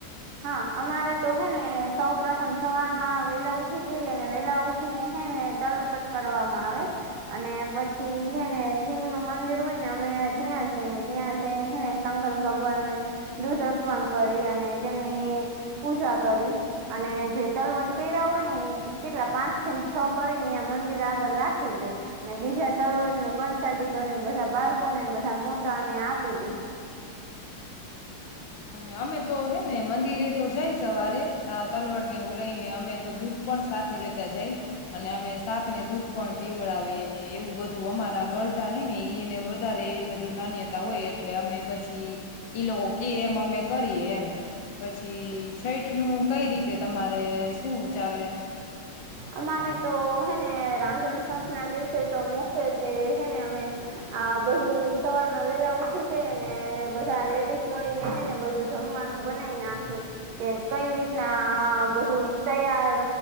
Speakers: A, on the right; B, on the left.
A: હા અમારે તો હે ને સૌ પ્રથમ સવારમાં વેલા ઉઠી જઈ અને વેલા ઉઠી ને હે ને તલવટ કરવામાં આવે, અને પછી હેને શિવ નું મંદિર હોય ને અમે ત્યાં જઈને ત્યાં જઈને હેને શંકર ભગવાન, ને દૂધ અર્પણ કરી અને તેમની, પૂજા કરી, અને જે તલવટ કર્યા હોય ને એ કેટલા પાંચ થી છ કરીને મંદિર આગળ રાખી દે, અને બીજા તલવટ ની પરસાદી કરીને બધા બાળકોને બધા મોટાને આપી દે.
B: અને અમે તો હે ને મંદિરે તો જાય સવારે આ તલવટ નેું લઈ ને અમે તો દૂધ પણ સાથે લેતા જાય અને અમે સાાપ ને દૂધ પણ પીવડાવીને એવું બધું અમારા ગરડાા હૈ ને એને વધારે એવી બધી માન્યતા હોય એટલે અમે પછી એ લોકો કે અમે કરીએ એમ પછી છઠ નું કઈ રીતે તમારે શું ચાલે
A: અમારે તો હેને રાંધણ સઠ ના દિવસે તો મુખવેતે હેને અમે આ બધું સવારમાં વેલા ઉઠી જઈ અને બધા લેડીસ મળીને હેને બધું જમવાનું બનાવી નાખી કે કઈ રીતના બધું તૈયાર